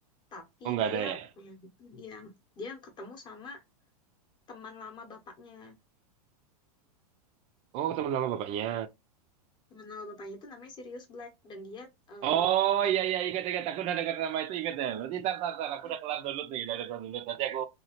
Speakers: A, on the left; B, on the right.
A: tapi
B: oh nggak
A: dia
B: ada ya?
A: yang dia dia ketemu sama teman lama bapaknya.
B: Oh teman lama bapaknya.
A: Temen nama bapaknya itu namanya Sirius Black dan dia eh,
B: Oh
A: di
B: iya iya ingat ingat aku udah dengar nama itu ingat ya. Berarti tar tar tar aku
A: Mhm.
B: udah kelar download nih, udah udah kelar download. Nanti aku